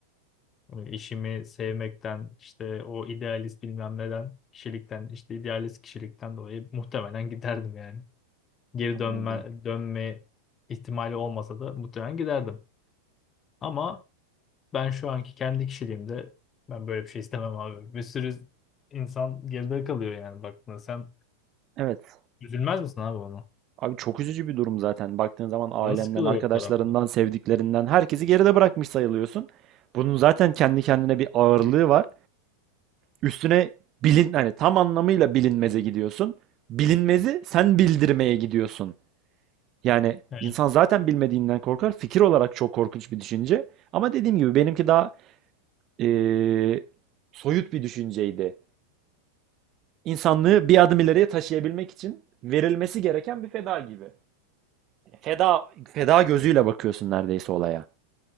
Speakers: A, on the left (about 25°); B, on the right (about 35°).
A: hani işimi sevmekten işte o idealist bilmem neden kişilikten işte idealist kişilikten dolayı muhtemelen giderdim yani. geri
B: Anladım.
A: dönme, dönme ihtimali olmasa da muhtemelen giderdim. Ama ben şu anki kendi kişiliğimde ben böyle bir şey istemem abi. Bir sürü insan geride kalıyor yani baktığında. Sen
B: Evet.
A: üzülmez misin abi ona?
B: Abi çok üzücü bir durum zaten. Baktığın zaman ailenden,
A: Canın sıkılır
B: arkadaşlarından,
A: o tarafta.
B: sevdiklerinden herkesi geride bırakmış sayılıyorsun. Bunun zaten kendi kendine bir ağırlığı var. Üstüne bilin hani tam anlamıyla bilinmeze gidiyorsun. Bilinmezi sen bildirmeye gidiyorsun. Yani
A: Yani,
B: insan zaten bilmediğinden korkar. Fikir olarak çok korkunç bir düşünce. Ama dediğim gibi benimki daha eee, soyut bir düşünceydi. İnsanlığı bir adım ileriye taşıyabilmek için verilmesi gereken bir feda gibi. Feda feda gözüyle bakıyorsun neredeyse olaya.